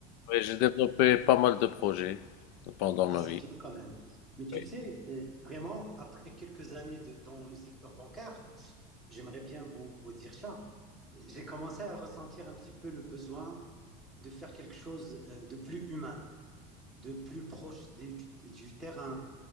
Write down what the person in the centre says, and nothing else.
Ah, c'est
bien quand même. Mais tu
sais, euh, vraiment, après quelques années de- dans le secteur bancaire, j'aimerais bien vous, vous dire ça. J'ai commencé à ressentir un petit peu le besoin de faire quelque chose euh, de plus humain, de plus proche des- du terrain,